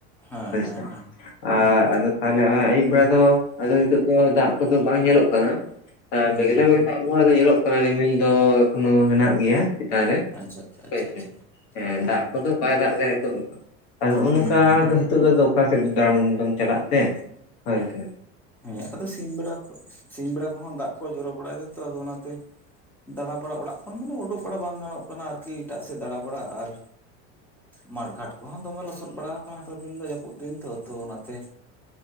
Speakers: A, in the centre; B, on the left (about 65°).
A: ᱦᱮᱸ ᱦᱮᱸ ᱦᱮᱸ
B: ᱟᱻ
A: ᱦᱮᱸ ᱦᱩᱸ
B: ᱟᱫᱚ ᱛᱟᱦᱚᱞᱮ ᱱᱚᱜᱚᱭ ᱟᱭᱩᱵ ᱵᱮᱲᱟ ᱫᱚ, ᱟᱫᱚ ᱱᱤᱛᱚᱜ ᱫᱚ ᱫᱟᱜ ᱠᱚᱫᱚ ᱵᱟᱝ ᱧᱮᱞᱚᱜ ᱠᱟᱱᱟ ᱾ ᱟᱨ
A: ᱦᱩᱸ
B: ᱢᱮᱜᱞᱟ ᱢᱮᱜᱞᱟ ᱟᱵᱚ ᱦᱚᱣᱟ ᱫᱚ ᱧᱮᱞᱚᱜ ᱠᱟᱱᱟ, ᱨᱤᱢᱤᱞ ᱫᱚ ᱮᱠᱷᱚᱱᱳ ᱦᱮᱱᱟᱜ ᱜᱮᱭᱟ ᱾ ᱪᱮᱛᱟᱱ ᱨᱮ
A: ᱟᱪᱪᱷᱟ ᱟᱪᱪᱷᱟ ᱟᱪᱪᱷᱟ
B: ᱦᱳᱭᱥᱮ
A: ᱟᱪᱪᱷᱟ
B: ᱦᱮᱸ
A: ᱦᱩᱸ
B: ᱫᱟᱜ ᱠᱚᱫᱚ ᱵᱟᱭ ᱫᱟᱜ ᱮᱫᱟ ᱱᱤᱛᱳᱜ ᱫᱚ᱾ ᱟᱫᱚ ᱚᱱᱠᱟ
A: ᱦᱩᱸ ᱦᱩᱸ
B: ᱫᱚ ᱦᱤᱛᱚᱜ ᱫᱚ ᱚᱠᱟ ᱥᱮᱫ ᱫᱟᱬᱟᱱ ᱫᱚᱢ ᱪᱟᱞᱟᱜ ᱛᱮ ᱦᱳᱭᱥᱮ?
A: ᱦᱮ ᱟᱫᱚ ᱥᱤᱧ ᱵᱮᱲᱟ ᱥᱤᱧ ᱵᱮᱲᱟ ᱠᱚᱦᱚᱸ ᱫᱟᱜ ᱠᱚᱭ ᱡᱚᱨᱚ ᱵᱟᱲᱟᱭᱫᱟ ᱛᱚ ᱚᱱᱟᱛᱮ, ᱫᱟᱬᱟ ᱵᱟᱲᱟ ᱚᱲᱟᱜ ᱠᱷᱚᱱ ᱢᱟᱱᱮ ᱩᱰᱩᱠ ᱵᱟᱲᱟ ᱵᱟᱝ ᱜᱟᱱᱚᱜ ᱠᱟᱱᱟ ᱟᱨᱠᱤ ᱮᱴᱟᱜ ᱥᱮᱫ ᱫᱟᱬᱟ ᱵᱟᱲᱟ ᱟᱨ, ᱢᱟᱴ ᱜᱷᱟᱴ ᱠᱚᱦᱚ ᱫᱚᱢᱮ ᱞᱚᱥᱚᱫ ᱵᱟᱲᱟ ᱠᱟᱱᱟ ᱱᱮᱛᱟᱨ ᱫᱤᱱ ᱫᱚ ᱡᱟᱹᱯᱩᱫ ᱫᱤᱱ ᱛᱚ, ᱛᱚ ᱚᱱᱟᱛᱮ